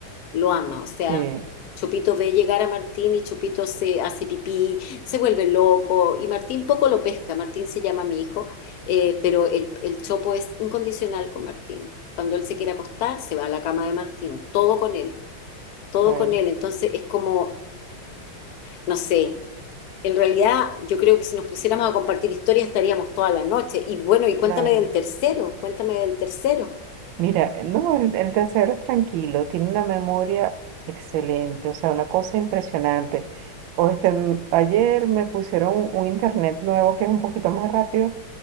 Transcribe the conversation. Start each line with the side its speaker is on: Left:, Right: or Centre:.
Left: lo ama. O sea,
Right: sí,
Left: Chopito ve llegar a Martín y Chopito se hace pipí, se vuelve loco y Martín poco lo pesca. Martín se llama mi hijo, eh, pero el, el Chopo es incondicional con Martín. Cuando él se quiere acostar, se va a la cama de Martín, todo con él, todo
Right: claro,
Left: con él. Entonces es como, no sé. En realidad, yo creo que si nos pusiéramos a compartir historias estaríamos toda la noche. Y bueno, y cuéntame
Right: claro.
Left: del tercero, cuéntame del tercero.
Right: Mira, no, el, el tercero es tranquilo, tiene una memoria excelente, o sea, una cosa impresionante. O este, m- ayer me pusieron un internet nuevo que es un poquito más rápido